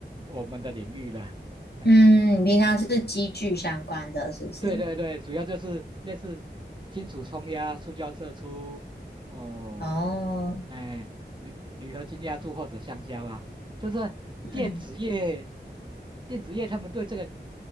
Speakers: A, on the right; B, on the left.
A: 我们的领域了。<laughs>
B: 嗯，你平常是机具相关的，是不是？
A: 对对对，主要就是类似金属冲压、塑胶射出，哦，
B: 哦，
A: 哎，铝铝合金压铸或者橡胶啊，就是电子业，
B: 嗯
A: 电子业他们对这个